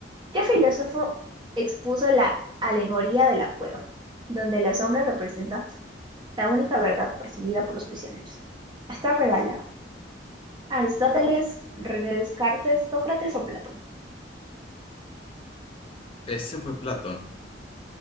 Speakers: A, on the right; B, on the left.
A: ¿Qué filósofo expuso la alegoría de la cueva, donde la sombra representa la única verdad percibida por los prisioneros? Está regalado. Aristóteles, René Descartes, Sócrates o Platón.
B: Ese fue Platón.